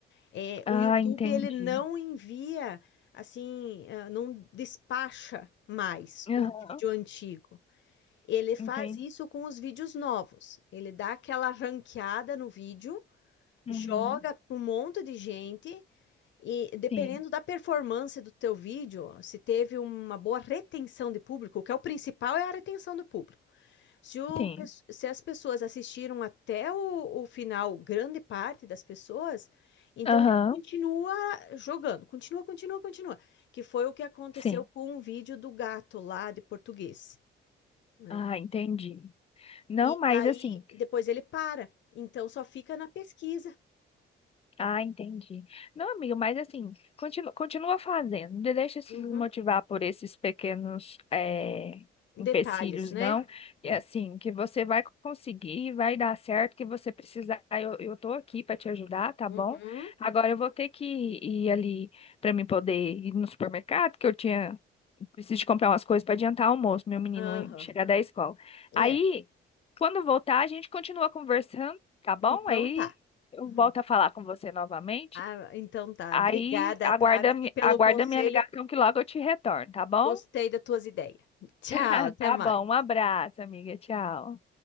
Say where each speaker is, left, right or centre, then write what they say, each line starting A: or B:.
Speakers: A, on the left; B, on the left.
A: É,
B: Ah,
A: o YouTube
B: entendi.
A: ele não envia assim, ah, não despacha mais
B: Aham,
A: o vídeo antigo. Ele faz
B: entendi.
A: isso com os vídeos novos. Ele dá aquela ranqueada no vídeo,
B: Uhum.
A: joga para um monte de gente e dependendo
B: Sim,
A: da performance do teu vídeo, se teve uma boa retenção de público, o que é o principal é a retenção do público. Se, o
B: sim.
A: pe- se as pessoas assistiram até o, o final, grande parte das pessoas, então
B: Aham,
A: ele continua jogando, continua, continua, continua. Que foi o que aconteceu
B: sim.
A: com um vídeo do gato lá de português, né?
B: Ah, entendi. Não,
A: E
B: mas
A: daí
B: assim.
A: depois ele para, então só fica na pesquisa.
B: Ah, entendi. Não, amigo, mas assim, continua, continua fazendo. Não deixa se
A: Uhum.
B: desmotivar por esses pequenos eh,
A: Detalhes,
B: empecilhos,
A: né?
B: não.
A: É.
B: E assim, que você vai conseguir, vai dar certo, que você precisar, eu, eu tô aqui para te ajudar, tá
A: Uhum.
B: bom? Agora eu vou ter que ir ali para mim poder ir no supermercado, que eu tinha, preciso de comprar umas coisas para adiantar o almoço, meu menino
A: Aham.
B: chegar da escola. Aí,
A: É.
B: quando voltar, a gente continua conversando, tá bom?
A: Então
B: Aí
A: tá.
B: eu
A: Uhum.
B: volto a falar com você novamente.
A: Ah, então tá.
B: Aí
A: Obrigada,
B: aguarda,
A: tá, amiga,
B: mi-
A: pelo
B: aguarda
A: conselho.
B: minha ligação que logo eu te retorno, tá bom?
A: Gostei das tuas ideias. Tchau,
B: <laughs>
A: até
B: Tá
A: mais.
B: bom, um abraço, amiga. Tchau.